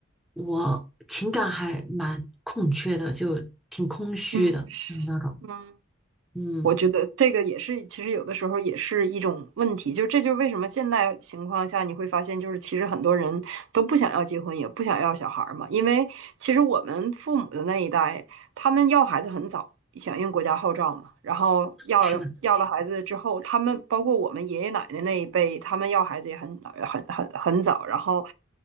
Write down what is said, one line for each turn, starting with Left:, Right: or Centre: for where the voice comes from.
Centre: 我情感还蛮空缺的，就挺空虚的，
Right: 嗯
Centre: 就是那种，
Right: 嗯，
Centre: 嗯，
Right: 我觉得这个也是，其实有的时候也是一种问题，就这就是为什么现在情况下你会发现，就是其实很多人都不想要结婚，也不想要小孩儿嘛，因为其实我们父母的那一代，他们要孩子很早，响应国家号召嘛。然后要了要了孩子之后，
Centre: 是的，
Right: 他们包括我们爷爷奶奶那一辈，他们要孩子也很很很很早，然后